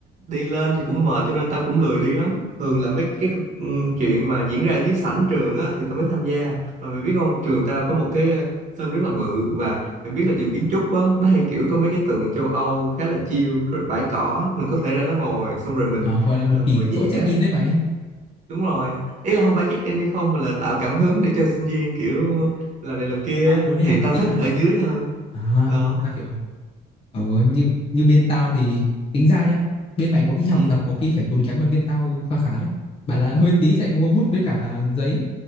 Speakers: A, on the right; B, on the left.
A: đi lên thì cũng mệt cho nên tao cũng lười đi lắm thường là mấy cái ừ, chuyện mà diễn ra ở dưới sảnh trường á thì tao mới tham gia mà mày biết không trường tao có một cái ờ, sân rất là bự và mày biết là trường kiến trúc á nó hay kiểu có mấy cái tượng châu Âu khá là chill rồi bãi cỏ mình có thể ra đó ngồi xong rồi mình
B: Ờ, gọi là một
A: ờ, ngồi
B: tỷ
A: vẽ
B: số check in đấy mày.
A: đúng rồi ý là không phải check in hay không mà là tạo cảm hứng để cho sinh viên kiểu làm này
B: Ờ,
A: làm kia
B: bài luôn đấy
A: thì
B: hả?
A: tao
B: Ý
A: thích
B: là
A: ở dưới hơn
B: à
A: ờ
B: tao hiểu. Ờ như như bên tao thì tính ra nhá. Bên mày có khi học
A: ừ.
B: tập có khi phải tốn kém hơn bên tao khá khá đấy. Bảo là hơi tí lại mua bút với cả là giấy